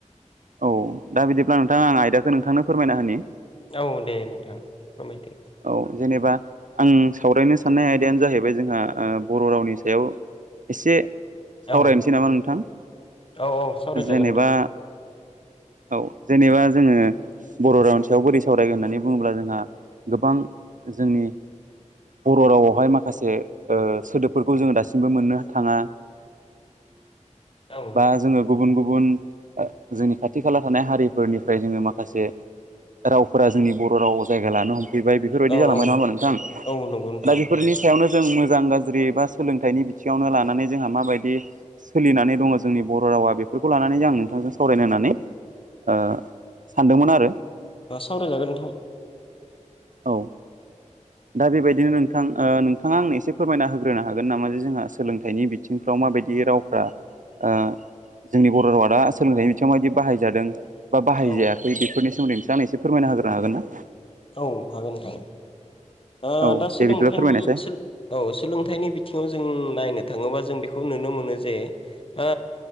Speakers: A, on the right; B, on the left.
A: औ, दा बिदिब्ला नोंथां आं आयदाखौ नोंथांनो फोरमायना होनि।
B: औ दे नोंथां फोरमायदो
A: औ, जेनेबा आं सावरायनो साननाय आयदायानो जाहैबाय जोंहा ओ बर' रावनि सायाव एसे सावरायनोसै
B: औ
A: नामा नोंथां।
B: औ औ सावरायजागोन
A: जेनेबा
B: नोंथां
A: औ जेनेबा जोङो बर' रावनि सयाव बोरै सावरायगोन होननानै बुङोब्ला जोंहा गोबां जोंनि बर' रावावहाय माखासे ओ सोदोबफोरखौ जोङो दासिम बो मोन्नो थाङा,
B: औ
A: बा जोङो गुबुन गुबुन गुबुन जोंनि खाथि खाला थानाय हारिफोरनिफ्राय जोङो माखासे रावफोरा जोंनि बर' रावाव जायगा लानो हम फैबाय, बेफोरबायदि
B: औ
A: जालांबाय
B: औ
A: नङा होमबा नोंथां।
B: औ नंगौ नोंथां
A: दा बेफोरनि सायावनो जों मोजां गाज्रि एबा सोलोंथाइनि बिथिङावनो लानानै जोंहा माबायदि सोलिनानै दङ जोंनि बर' रावा बेफोरखौ लानानै आं नोंथांजों सावरायनो होननानै ओ सानदोंमोन आरो।
B: ओ सावरायजागोन नोंथां।
A: औ। दा बेबायदिनो नोंथां ओ नोंथाङा आंनो एसे फोरमायना होग्रोनो हागोन नामा जे जोंहा सोलोंथाइनि बिथिंफ्राव माबायदि रावफ्रा ओ जोंनि बर' रावा दा सोलोंथाइनि बिथिंङाव माबायदि बाहायजादों? बा बाहायजायाखै
B: औ
A: बेफोरनि सोमोन्दै नोंसो आंनो एसे फोरमायना होग्रोनो हागोन ना?
B: औ हागोन नोंथां। ओ
A: औ
B: दा सोलोंथाय
A: दे बिदिब्ला फोरमायनायसाय
B: औ सोलोंथाइनि बिथिङाव जों नायनो थाङोबा जों बेखौ नुनो मोनो जे, ओ